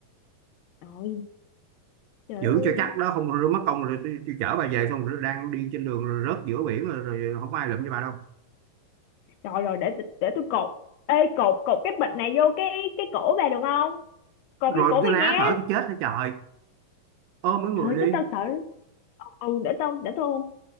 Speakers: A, on the left (about 80°); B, on the right (about 80°).
A: Rồi, trời
B: giữ
A: ơi.
B: cho chắc đó không mất công rồi tôi, tôi chở bà về xong rồi đang đi trên đường rồi rớt giữa biển rồi, rồi không có ai lụm cho bà đâu
A: Rồi rồi để để tôi cột. Ê cột cột cái bịch này vô cái cái cổ về được không? Cột
B: rồi
A: vô cổ mày
B: tôi ná
A: nha.
B: thở tôi chết hết trời ôm mấy người
A: Trời ơi,
B: đi
A: chứ tao sợ. Ừ, để tao để tao ôm.